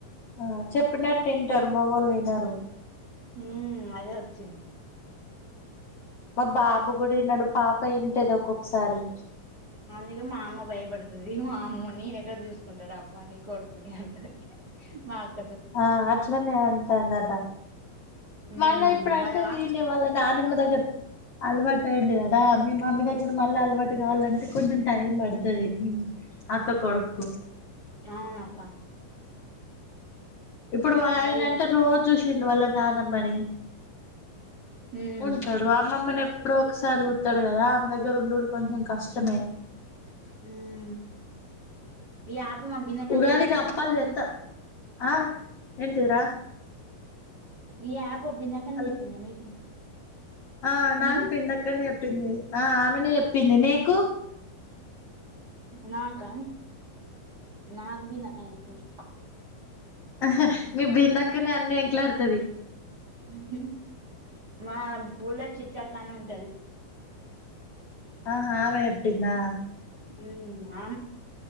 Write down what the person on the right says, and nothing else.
ఉ అదే వచ్చింది
అందుకే మా అమ్మ భయపడుతాది వామ్మె నేనెక్కడ చూసుకుంటాడు అమ్మె ని కొడుకుని అంటాది నాక్
ఉమ్
మళ్ళ వా
అవునక్క
అదే
ఉమ్
హ్ ఈ ఆప్ మా బిందక్కనె
చెప్పిందా
ముందు
ఈ యాప్ పు బిందు అక్కనే
చెప్పిందా మీకు.
ఉమ్
నాకా నాకు బిందక్కనే చెప్పింది.
హుహ్ మా ఊల్లె చిట్టక్కా అని ఉంటది.
హ్ ఆ